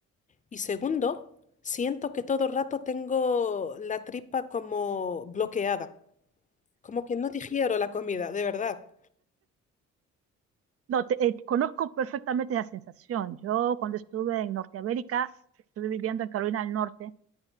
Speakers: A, on the left (about 25°); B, on the right (about 50°).
A: Y segundo, siento que todo el rato tengo la tripa como bloqueada, como que no digiero la comida, de verdad.
B: No, te- eh, conozco perfectamente esa sensación. Yo cuando estuve en Norteamérica, estuve viviendo en Carolina del Norte,